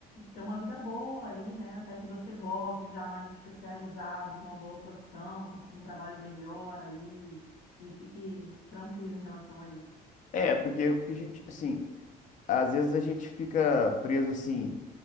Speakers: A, on the left (about 75°); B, on the left (about 50°).
A: ter uma vida boa aí, né, até que você volte já mais especializado, com uma boa profissão, consiga um trabalho melhor aí e fique tranquilo em relação a isso.
B: É, porque o que a gente, assim, às vezes a gente fica preso assim,